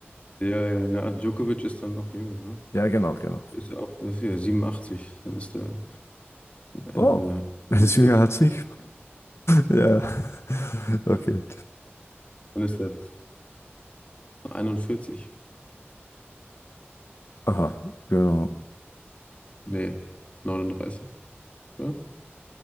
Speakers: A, on the left; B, on the left.
A: Ja, ja, na, Djokovic ist dann noch jünger, ne?
B: Ja, genau, genau.
A: Ist ja auch, das ist hier siebenundachtzig dann ist der Ende,
B: Oh, er
A: Ende
B: ist
A: 40,
B: jünger als ich. <laughs> Ja, okay.
A: dann ist der einundvierzig
B: Aha, genau.
A: nee, neununddreißig oder?